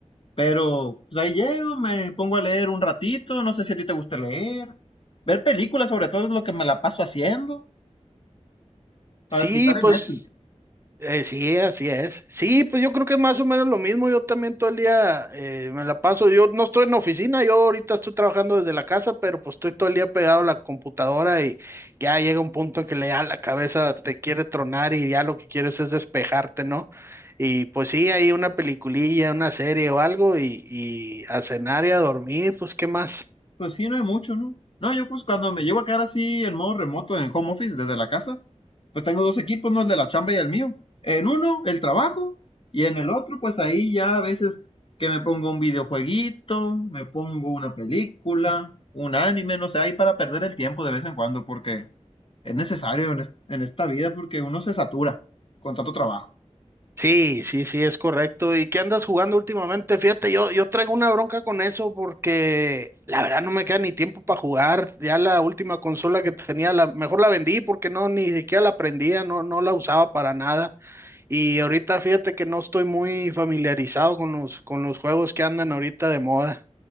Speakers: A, on the left (about 50°); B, on the right (about 20°).
A: Pero pues ahí llego, me pongo a leer un ratito, no sé si a ti te gusta leer. Ver películas sobre todo es lo que me la paso haciendo para
B: Sí,
A: desquitar
B: pues
A: en Netflix.
B: Eh, sí, así es. Sí, pues yo creo que más o menos lo mismo. Yo también todo el día eh, me la paso. Yo no estoy en la oficina, yo ahorita estoy trabajando desde la casa, pero pues estoy todo el día pegado a la computadora y ya llega un punto en que le, ya la cabeza te quiere tronar y ya lo que quieres es despejarte, ¿no? Y pues sí, hay una peliculilla, una serie o algo y, y a cenar y a dormir, pues ¿qué más?
A: Pues sí, no hay mucho, ¿no? No, yo pues cuando me llego a quedar así en modo remoto en home office desde la casa, pues tengo dos equipos, ¿no? El de la chamba y el mío. En uno, el trabajo, y en el otro, pues ahí ya a veces que me pongo un videojueguito, me pongo una película, un anime, no sé, ahí para perder el tiempo de vez en cuando, porque es necesario en, es- en esta vida porque uno se satura con tanto trabajo.
B: Sí, sí, sí, es correcto. ¿Y qué andas jugando últimamente? Fíjate, yo, yo traigo una bronca con eso porque la verdad no me queda ni tiempo para jugar. Ya la última consola que tenía, la, mejor la vendí porque no, ni siquiera la prendía, no, no la usaba para nada. Y ahorita fíjate que no estoy muy familiarizado con los, con los juegos que andan ahorita de moda.